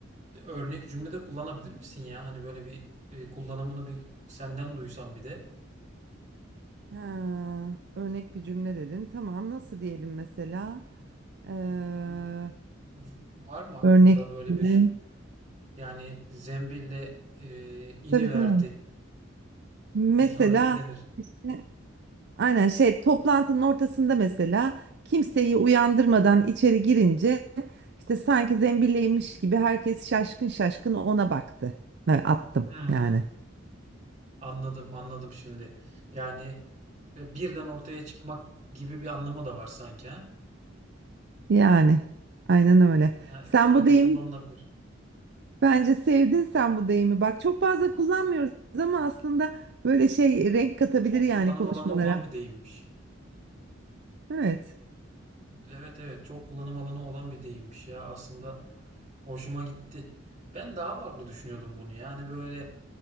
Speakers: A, on the right (about 40°); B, on the right (about 60°).
A: örnek cümlede kullanabilir misin ya? Hani böyle bir e, kullanımını bir senden duysam bir de.
B: Ha, örnek bir cümle dedin. Tamam nasıl diyelim mesela? Ee,
A: V- v- Var mı aklında
B: örnek
A: böyle
B: cümle.
A: bir Yani zembille eee ini
B: Tabii
A: verdi.
B: tabii. Mesela
A: <laughs> Öyle mi denir?
B: işte aynen şey toplantının ortasında mesela kimseyi uyandırmadan içeri girince işte sanki zembilleymiş gibi herkes şaşkın şaşkın ona baktı. Ben attım
A: Hmm,
B: yani.
A: anladım, anladım şimdi. Yani ve birden ortaya çıkmak gibi bir anlamı da var sanki ha?
B: Yani aynen öyle.
A: Yani
B: Sen
A: öyle
B: bu
A: de
B: deyimi
A: kullanılabilir.
B: bence sevdin sen bu deyimi. Bak çok fazla kullanmıyoruz ama aslında böyle şey renk katabilir
A: Çok
B: yani
A: kullanım
B: konuşmalara.
A: alanı olan bir deyimmiş.
B: Evet.
A: Evet evet çok kullanım alanı olan bir deyimmiş ya. Aslında hoşuma gitti. Ben daha farklı düşünüyordum bunu. Yani böyle